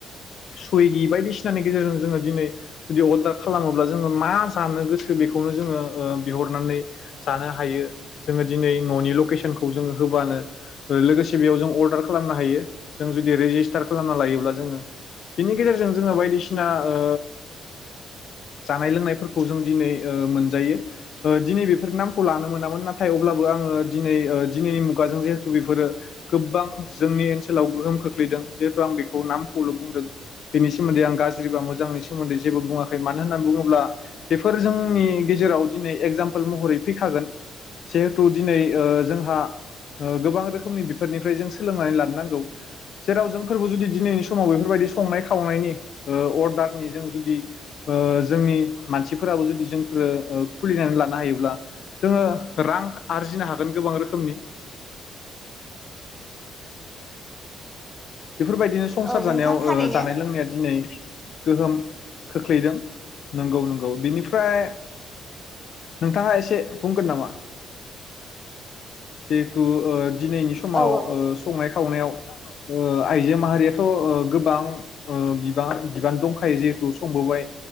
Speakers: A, on the left (about 65°); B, in the centre.
A: सुइगि बायदिसिनानि गेजेरजों जोङो दिनै जुदि अर्डार खालामोब्ला जोङो मा जानो गोसो बेखौनो जोङो ओ बिहरनानै जानो हायो जोङो दिनै न'नि लकेसनखौ जोङो होबानो। लोगोसे बेयाव जों अर्डार खालामनो हायो जों जुदि रेजिस्टार खालामना लायोब्ला जोङो बिनि गेजेरजों जोङो बायदिसिना ओ जानाय लोंनायफोरखौ जों दिनै ओ मोनजायो ओ दिनै बेफोर नामखौ लानो मोनामोन नाथाय अब्लाबो आं ओ दिनै ओ दिनैनि मुगाजों जिहेथु बेफोरो गोबां जोंनि ओनसोलाव गोहोम खोख्लैदों जिहेथु आं बेखौ नामखौल बुंदों बेनि सोमोन्दै आं गाज्रि बा मोजांनि सोमोन्दै जेबो बुङाखै मानो होननानै बुङोब्ला बेफोर जोंनि गेजेराव दिनै एगजामपोल महरै फैखागोन जिहे टु दिनै ओ जोंहा ओ गोबां रोखोमनि बिफोरनिफ्राय जों सोलोंनानै लानो नांगौ जेराव जोंफोरबो जुदि दिनैनि समाव बेफोरबायदि संनाय खावनायनि ओ अर्डारनि जों जुदि ओ जोंनि मानसिफोराबो जुदि जोंफोरो ओ खुलिनानै लानो हायोब्ला जोङो रां आरजिनो हागोन गोबां रोखोमनि। बेफोरबायदिनो संसार
B: औ
A: जानायाव
B: नोंथां थारैनो
A: ओ जानाय लोंनाया दिनै गोहोम खोख्लैदों। नंगौ नंगौ बिनिफ्राय नोंथाङा एसे बुंगोन नामा? जिहेटु ओ दिनैनि समाव
B: औ
A: ओ संनाय खावनायाव औ औ ओ आइजो माहारियाथ' ओ गोबां बिबां बिबान दंखायो जिहेथु संबोबाय